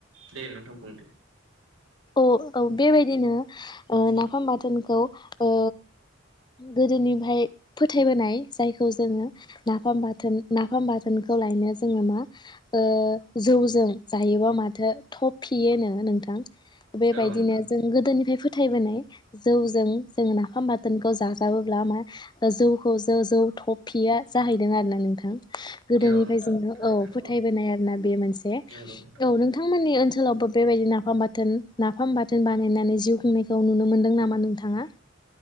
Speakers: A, on the right (about 85°); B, on the left (about 20°).
A: दे नोंथां बुंं दे
B: औ औ बेबायदिनो ओ नाफाम बाथोनखौ ओ गोदोनिफ्राय फोथ थायबोनाय जायखौ जोङो नाफाम बाथोन नाफाम बाथोनखौ लायनो जोङो मा ओ जौजों जायोबा माथ थो थब फियनो नों बेबायदिनो
A: औ नोंथां
B: जों गोदोनिफ्राय फोथ थायबोनाय जौजों जोङो नाफाम बाथोनखौ जाजाबोब्ला मा जौखौ जो जौ थफ फिया जाहैदों आरोना नोंथा थां गोदोनिफ्राय
A: औ नोंथां
B: जोङो
A: थारैनो
B: औ
A: नंगौ
B: फोथायबोनाय आरोना बे मोनसे औ
A: नंगौ नोंथां
B: नोंथांमोननि ओनसोलावबो बेबायदि नाफाम बाथ थोन नाफाम बाथोन बानायनानै जिउ खुंनायखौ नुनो मोनदों नामा नोंथाङा